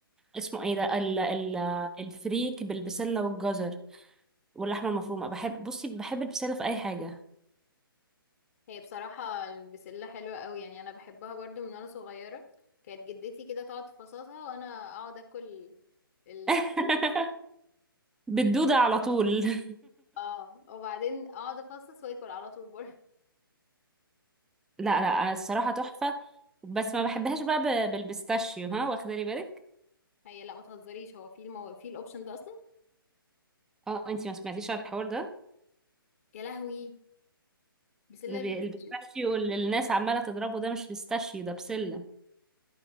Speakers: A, in the centre; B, on the left (about 40°).
A: اسمه ايه ده ال ال الفريك بالبسلة والجزر واللحمة المفرومة بحب بصي بحب البسلة في اي حاجة
B: هي بصراحه البسله حلوه قوي يعني انا بحبها برضو من وانا صغيره كانت جدتي كده تقعد تفصصها وانا اقعد اكل ال...
A: <laughs> بالدودة على طول <laughs>
B: <laughs> اه وبعدين اقعد افصص واكل على طول برضه
A: لا لا انا الصراحه تحفه بس ما بحبهاش بقى ب- بالبيستاشيو ها واخده لي بالك
B: هي لا ما تهزريش هو في المو... في الاوبشن ده اصلا
A: اه انتي ما سمعتيش على الحوار ده
B: يا لهوي بسله
A: ب-
B: البيستاشيو
A: البيستاشيو اللي الناس عماله تضربه ده مش بيستاشيو ده بسله